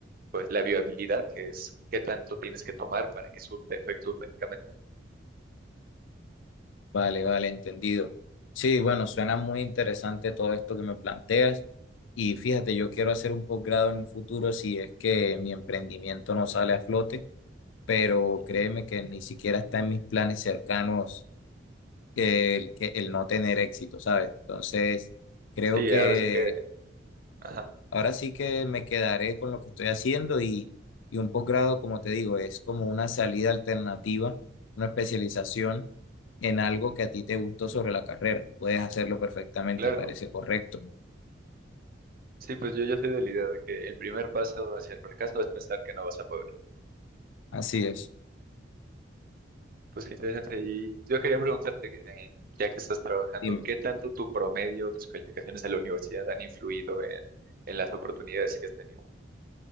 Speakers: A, on the right (about 50°); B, on the left (about 85°).
A: pues la viabilidad, que es qué tanto tienes que tomar para que surte efecto un medicamento.
B: Vale, vale, entendido. Sí, bueno, suena muy interesante todo esto que me planteas. Y fíjate, yo quiero hacer un posgrado en un futuro si es que mi emprendimiento no sale a flote, pero
A: Ujú.
B: créeme que ni siquiera está en mis planes cercanos el, que- el no tener éxito, ¿sabes? Entonces, creo
A: Sí,
B: que
A: ahora sí que Ajá,
B: Ahora sí que me quedaré con lo que estoy haciendo y, y un posgrado, como te digo, es como una salida alternativa, una especialización en algo que a ti te gustó sobre la carrera. Puedes hacerlo perfectamente,
A: claro.
B: me parece correcto.
A: Sí, pues yo ya soy de la idea de que el primer paso hacia el fracaso es pensar que no vas a poder.
B: Así es.
A: Pues qué interesante. Y yo quería preguntarte, que, en- ya que estás trabajando,
B: Dime.
A: ¿qué tanto tu promedio, tus calificaciones en la universidad han influido en, en las oportunidades que has tenido?